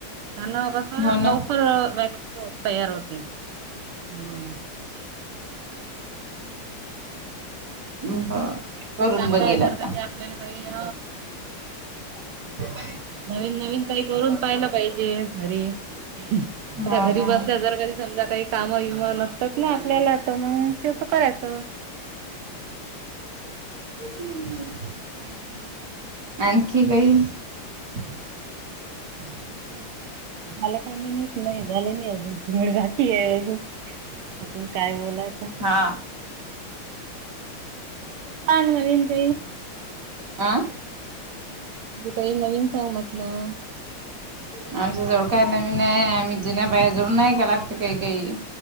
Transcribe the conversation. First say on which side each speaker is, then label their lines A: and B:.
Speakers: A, on the right; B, on the right.
A: त्यांना कस
B: हो ना
A: लवकर वॅक्स तयार होते <inaudible> हम्
B: हा <inaudible> करून
A: चांगलं
B: बघेल
A: <inaudible> आहे जर
B: आता
A: का ते आपल्याला काहीय
B: ह <inaudible>
A: नवीन- नवीन काही करून पाहिला पाहिजे घरी <inaudible>
B: हा
A: आता घरी
B: ना
A: बसल्या जर कधी समजा काही काम विम नसतात ना आपल्याला तर मग तेस करायचं
B: हम्म <inaudible>
A: हम्- हम्
B: आणखी काही <inaudible>
A: हम् <inaudible> मला काय माहित नाही झाले नाही अजून दड बाकी आहे अजून अज <inaudible> काय बोलता
B: हा
A: चांगलं विनकळी <unintelligible>
B: आ
A: तू काही नवीन सांग म्हटलं
B: आमच्या जवळ काय नवीन आहे आम्ही जुन्या बाहेर जवळून नाही का लागते काही काही